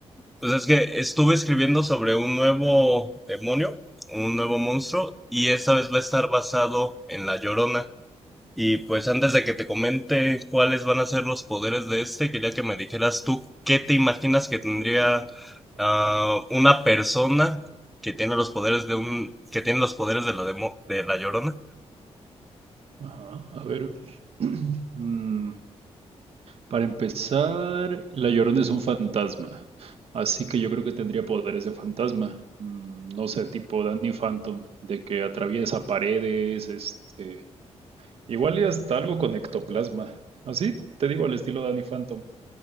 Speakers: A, in the centre; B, on the right.
A: Pues es que estuve escribiendo sobre un nuevo demonio, un nuevo monstruo, y esta vez va a estar basado en la Llorona. Y pues antes de que te comente cuáles van a ser los poderes de este, quería que me dijeras tú qué te imaginas que tendría ah, una persona que tiene los poderes de un, que tiene los poderes de la demo- de la Llorona.
B: Ajá. A ver. <clears throat> Mm, para empezar, la Llorona es un fantasma. Así que yo creo que tendría poderes de fantasma. Mm, no sé, tipo Danny Phantom, de que atraviesa paredes, este. Igual y hasta algo con ectoplasma. Así, te digo, al estilo Danny Phantom.